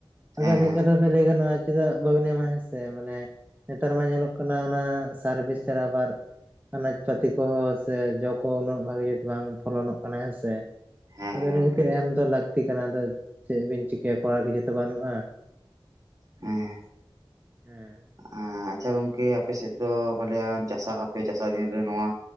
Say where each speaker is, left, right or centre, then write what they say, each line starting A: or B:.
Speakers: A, on the right; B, on the right.
A: ᱟᱫᱚ
B: ᱦᱮᱸ ᱦᱮᱸ
A: ᱢᱤᱫ ᱠᱟᱛᱷᱟ ᱛᱮ ᱞᱟᱹᱭ ᱜᱟᱱᱚᱜᱼᱟ ᱪᱮᱫᱟᱜ ᱵᱟᱹᱵᱮᱱ ᱮᱢᱟ ᱦᱮᱸᱥᱮ, ᱢᱟᱱᱮ ᱱᱮᱛᱟᱨ ᱢᱟ ᱧᱮᱞᱚᱜ ᱠᱟᱱᱟ ᱚᱱᱟ ᱥᱟᱨᱵᱤᱥ ᱪᱷᱟᱨᱟ ᱟᱵᱟᱨ ᱟᱱᱟᱡᱽ ᱯᱟᱹᱛᱤ ᱠᱚᱦᱚᱸ ᱥᱮ ᱡᱚ ᱠᱚ ᱩᱱᱟᱹᱜ ᱵᱷᱟᱜᱤ ᱵᱟᱝ ᱯᱷᱚᱞᱚᱱᱚᱜ ᱠᱟᱱᱟ ᱦᱮᱸᱥᱮ᱾
B: ᱦᱮᱸ
A: ᱟᱫᱚ
B: ᱦᱮᱸ
A: ᱤᱱᱟᱹ
B: ᱜᱚᱝᱠᱮ
A: ᱠᱷᱟᱹᱛᱤᱨ ᱮᱢ ᱫᱚ ᱞᱟᱹᱠᱛᱤ ᱠᱟᱱᱟ ᱟᱫᱚ ᱪᱮᱫ ᱵᱤᱱ ᱪᱤᱠᱟᱹᱭᱟ ᱠᱚᱨᱟᱨ ᱠᱤᱪᱷᱩᱛᱚ ᱵᱟᱹᱱᱩᱜᱼᱟ᱾
B: ᱦᱮᱸ᱾
A: ᱦᱮᱸ᱾
B: ᱟᱻ ᱟᱪᱷᱟ ᱜᱚᱝᱠᱮ ᱟᱯᱮ ᱥᱮᱫ ᱫᱚ ᱵᱟᱞᱮᱭᱟᱱ ᱪᱟᱥᱟᱜ ᱟᱯᱮ ᱪᱟᱥᱟ ᱫᱤᱱ ᱨᱮ ᱱᱚᱣᱟ